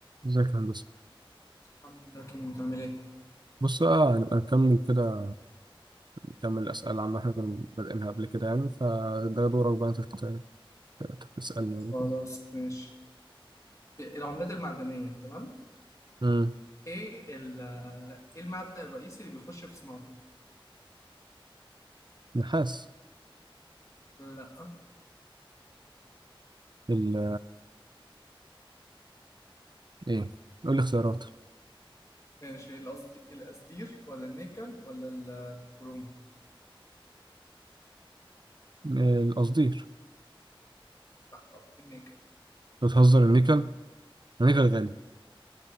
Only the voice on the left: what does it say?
الحمد لله كيمو انت عامل ايه؟
خلاص
ماشي العملات المعدنية تمام؟
ايه ال- ايه المعدن الرئيسي اللي بيخش في صناعته؟
لا
ماشي القصدي القصدير ولا النيكل ولا الكروم؟
لا غلط النيكل
اه والله